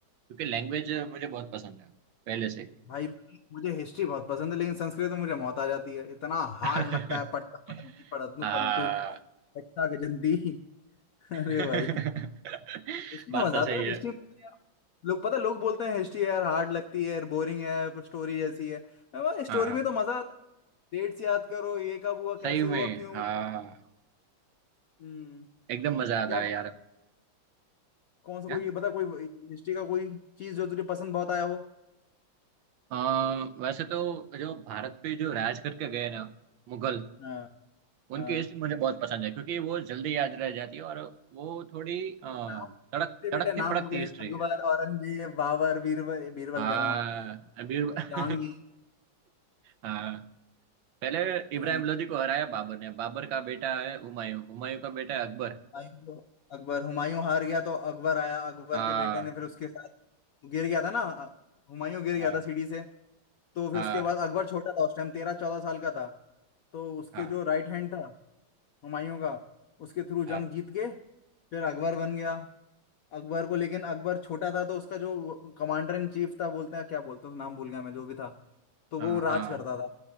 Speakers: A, on the right; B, on the left.
A: क्योंकि लैंग्वेज मुझे बहुत पसंद है पहले से
B: भाई मुझे हिस्ट्री बहुत पसंद है लेकिन संस्कृत में मुझे मौत आ जाती है इतना हार्ड
A: <laughs>
B: लगता है पढ़ता पढ़ंती पढ़तनु
A: हाँ
B: पंटू पट्टा गजंती <laughs>
A: <laughs>
B: अरे भाई हिस्ट्री
A: बात
B: में मजा
A: तो सही
B: आता है
A: है
B: हिस्ट्री में यार लोग पता है, लोग बोलते हैं हिस्ट्री यार हार्ड लगती है बोरिंग है स्टोरी जैसी है मैं बोला स्टोरी
A: हाँ
B: में तो मजा आता है डेट्स याद करो ये कब हुआ
A: सही
B: कैसे
A: में
B: हुआ क्यों
A: हाँ
B: हुआ। हम्म
A: एकदम मजा आता
B: क्या
A: है
B: पता
A: यार
B: कौन सा
A: क्या
B: कोई ये बता कोई हिस्ट्री का कोई चीज जो तुझे पसंद बहुत आया हो
A: अ, वैसे तो जो भारत पे जो राज करके गए ना मुगल
B: हाँ
A: उनकी
B: हाँ
A: हिस्ट्री मुझे बहुत पसंद है क्योंकि वो जल्दी याद रह जाती है और वो थोड़ी अ,
B: नाम
A: तड़क
B: दे
A: तड़कती
B: बेटे नाम
A: फड़कती
B: हो गए हैं
A: हिस्ट्री
B: अकबर
A: है
B: औरंगजेब बाबर बीरबल बीरबल
A: हाँ
B: कह रहा हूँ
A: अभी <laughs>
B: जहांगीर
A: हाँ पहले
B: अ,
A: इब्राहिम लोदी को हराया बाबर ने बाबर का बेटा है हुमायूं हुमायूं का बेटा है अकबर
B: हुमायूं को- अकबर हुमायूं हार गया तो अकबर आया अकबर
A: हाँ
B: के बेटे ने फिर उसके साथ गिर गया था ना अ, हुमायूं गिर
A: हाँ
B: गया था सीढ़ी से तो फिर
A: हाँ
B: उसके बाद अकबर छोटा था उस टाइम तेरह चौदह साल का था तो उसके
A: हाँ
B: जो राइट हैंड था हुमायूं का उसके थ्रू जंग
A: हाँ
B: जीत के फिर अकबर बन गया अकबर को लेकिन अकबर छोटा था तो उसका जो कमांडर इन चीफ था बोलते हैं क्या बोलते हैं उसका, नाम भूल गया मैं जो भी था तो
A: हाँ
B: वो राज
A: हाँ
B: करता था